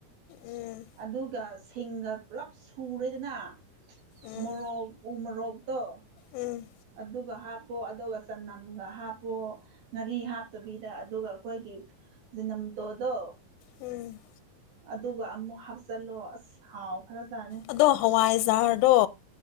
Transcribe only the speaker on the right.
ꯑꯗꯨꯒ ꯁꯤꯡꯒ ꯄꯨꯂꯞ ꯁꯨꯔꯦꯗꯅ
ꯃꯣꯔꯣꯛ ꯎ ꯃꯣꯔꯣꯛꯇꯣ
ꯑꯗꯨꯒ ꯍꯥꯞꯄꯣ ꯑꯗꯨꯒ ꯆꯅꯝꯒ ꯍꯥꯞꯄꯣ ꯉꯥꯔꯤ ꯍꯥꯞꯇꯕꯤꯗ ꯑꯗꯨꯒ ꯑꯩꯈꯣꯏꯒꯤ ꯅꯝ ꯇꯣꯗꯣ
ꯑꯗꯨꯒ ꯑꯃꯨꯛ ꯍꯥꯞꯆꯤꯜꯂꯣ ꯑꯁ ꯍꯥꯎ ꯈꯔ ꯆꯥꯅꯤ